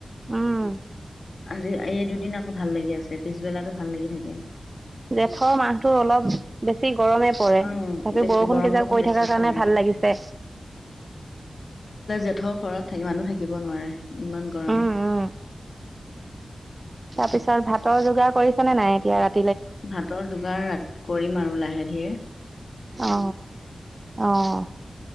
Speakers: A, on the right; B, on the left.
A: উম,
B: আজি এই দুদিন আকৌ ভাল লাগি আছে পিছবেলাতো ভাল লাগি থাকে
A: জেঠৰ মাহতটো অলপ বেছি গৰমে
B: অ
A: আজি
B: বেছি
A: বৰষুণ
B: গৰমটো
A: কেইজাক
B: অকণ
A: পৰি
B: বেছি
A: থকাৰ কাৰণে
B: পৰে
A: ভাল লাগিছে
B: যেথৰ ঘৰত থ মানুহ থাকিব নোৱাৰে ইমান গৰম
A: উম, উম, পিছত ভাত যোগাৰ কৰিছে নে নাই এতিয়া ৰাতি
B: ভাতৰ যোগাৰ কৰিম আৰু লাহে আহে ধিয়ে
A: অ অঁ